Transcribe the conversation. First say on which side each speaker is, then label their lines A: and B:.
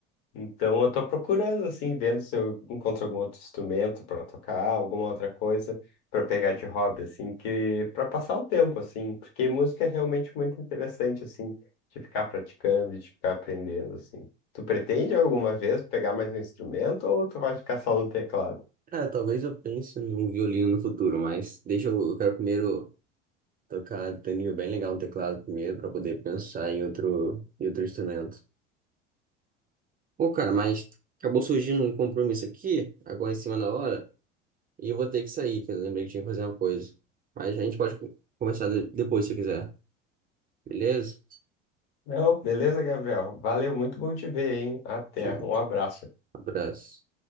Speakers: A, on the left; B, on the right.
A: Então eu tô procurando assim, vendo se eu encontro algum outro instrumento para tocar, alguma outra coisa para pegar de hobby assim, que para passar o tempo assim, porque música é realmente muito interessante assim, de ficar praticando, de ficar aprendendo assim. Tu pretende alguma vez pegar mais um instrumento ou tu vai ficar só no teclado?
B: Cara, talvez eu pense num violino no futuro, mas deixa eu, eu quero primeiro tocar tem um nível bem legal no teclado primeiro para poder pensar em outro, em outro instrumento. Pô, cara, mas acabou surgindo um compromisso aqui, agora em cima da hora. E eu vou ter que sair, que eu lembrei que tinha que fazer uma coisa. Mas a gente pode conversar de- depois se quiser. Beleza?
A: Não, beleza, Gabriel. Valeu, muito bom te ver, hein? Até,
B: Te- Um
A: um abraço.
B: abraço.